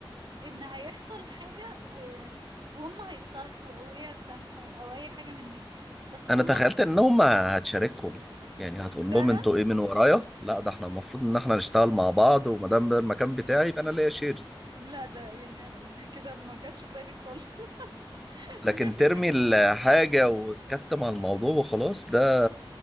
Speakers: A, on the right (about 55°); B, in the centre.
A: ان هيحصل حاجة و... وهم هيتصالحوا او هي هتسامحه او اي حاجة من دي بس
B: انا
A: هم
B: تخيلت انهم هتشاركهم يعني هتقول
A: فعلا
B: لهم انتوا ايه من ورايا لا ده احنا المفروض ان احنا نشتغل مع بعض وما دام ده المكان بتاعي يبقى انا ليا شيرز
A: لا ده يعني انا دي كده ما جاتش في بالي خالص <laughs>
B: لكن
A: ما جاتش في
B: ترمي
A: بالي
B: الحاجة
A: خالص
B: وتكتم على الموضوع وخلاص ده